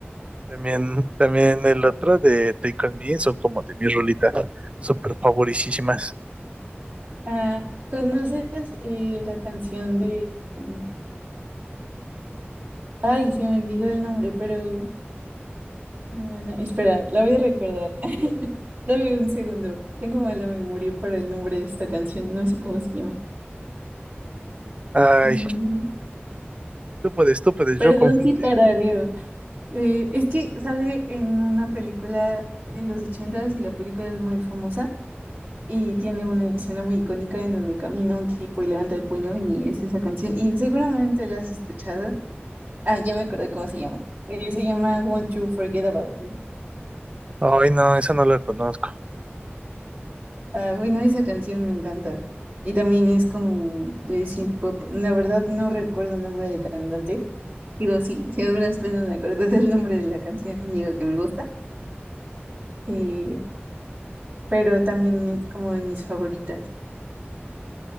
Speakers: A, on the right; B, on the right.
A: También, también el otro de Take On Me son como de mis rolitas súper favoricísimas.
B: Ah, ¿conoces eh, la canción de... mm, Ay, se me olvidó el nombre, pero... ah, espera, la voy a recordar. <laughs> Dame un segundo. Tengo mala memoria para el nombre de esta canción. No sé cómo se llama.
A: Ay,
B: Mm,
A: tú puedes, tú puedes,
B: Perdón
A: yo confío
B: si
A: en ti.
B: tarareo. Eh, es que sale en una película de los ochentas y la película es muy famosa y tiene una escena muy icónica en donde camina un tipo y levanta el puño y es esa canción. Y seguramente la has escuchado. Ah, ya me acordé cómo se llama. Eh, se llama Won't You Forget About Me.
A: Ay, no, esa no la conozco.
B: Ah, bueno, esa canción me encanta. Y también es como de synth pop. La verdad no recuerdo el nombre del cantante. Digo, sí, si a duras penas me acuerdo <laughs> del nombre de la canción y digo que me gusta. Eh, pero también es como de mis favoritas.